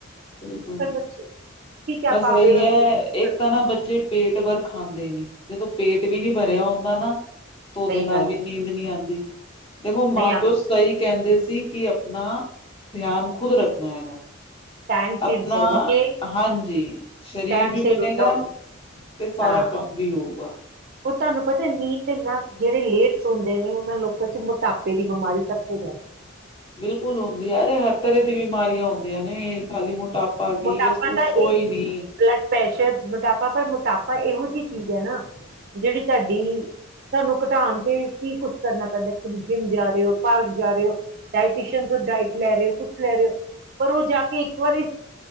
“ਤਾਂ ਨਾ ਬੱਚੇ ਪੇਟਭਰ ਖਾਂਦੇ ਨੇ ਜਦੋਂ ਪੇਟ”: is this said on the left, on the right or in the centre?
Left